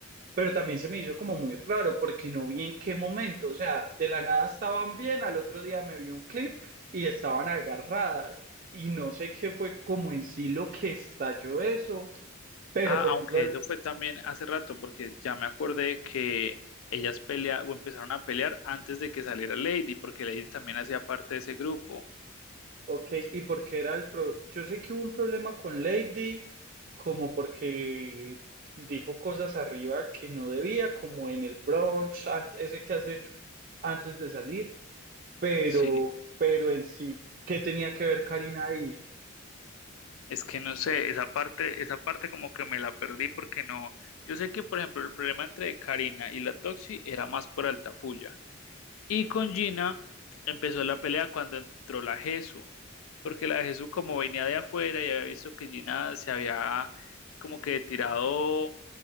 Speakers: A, on the right; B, on the left.
A: pero también se me hizo como muy raro porque no vi en qué momento, o sea, de la nada estaban bien, al otro día me vi un clip y estaban agarradas y no sé qué fue como en sí lo que estalló eso, pero
B: Ah,
A: por
B: aunque
A: ejemplo, el-
B: eso fue también hace rato, porque ya me acordé que ellas pelea o empezaron a pelear antes de que saliera Lady, porque Lady también hacía parte de ese grupo.
A: ok, y porque era el pro, yo sé que hubo un problema con Lady, como porque dijo cosas arriba que no debía, como en el brunch, an- ese que hace antes de salir, pero,
B: Sí.
A: pero en sí, ¿qué tenía que ver Karina ahí?
B: Es que no sé, esa parte, esa parte como que me la perdí porque no. Yo sé que, por ejemplo, el problema entre Karina y la Toxi era más por Altafulla. Y con Gina empezó la pelea cuando entró la Jesu, porque la Jesu como venía de afuera y había visto que Gina se había como que tirado